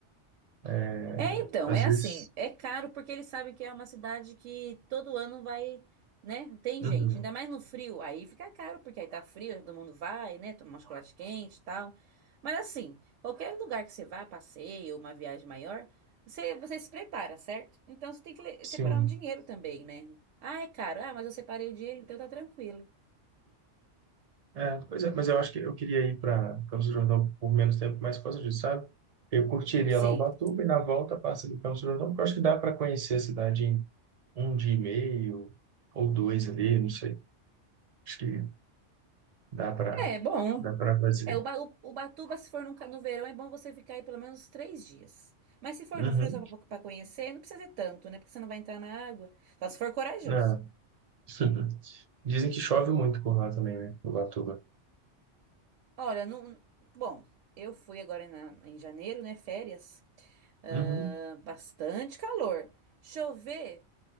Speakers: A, on the right; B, on the right.
A: é,
B: É, então,
A: às
B: é
A: vezes.
B: assim, é caro porque eles sabem que é uma cidade que todo ano vai, né? Tem
A: Uhum,
B: gente, ainda mais no frio, aí fica caro porque aí tá frio, todo mundo vai, né? Tomar um chocolate quente e tal. Mas assim, qualquer lugar que você vá, passeio, uma viagem maior, você, você se prepara, certo? Então você tem que le-
A: sim.
B: separar um dinheiro também, né? Ah, é caro. Ah, mas eu separei o dinheiro, então tá tranquilo.
A: É, pois é, mas eu acho que eu queria ir para Campos do Jordão por menos tempo, mas por causa disso, sabe? Eu curtiria
B: Sim.
A: lá Ubatuba e na volta passa ali Campos do Jordão, porque eu acho que dá para conhecer a cidade em um dia e meio ou dois ali, não sei. Acho que dá para
B: É bom.
A: dá para fazer.
B: É, Uba- U- Ubatuba, se for num ca- no, verão, é bom você ficar aí pelo menos três dias. Mas se for
A: Uhum.
B: no frio, só pra, pra conhecer, não precisa ser tanto, né? Porque você não vai entrar na água. Só se for corajoso.
A: Não. <laughs> Dizem que chove muito por lá também, né? Ubatuba.
B: Olha, não, bom, eu fui agora na- em janeiro, né? Férias. Ah,
A: Uhum.
B: Bastante calor. Chover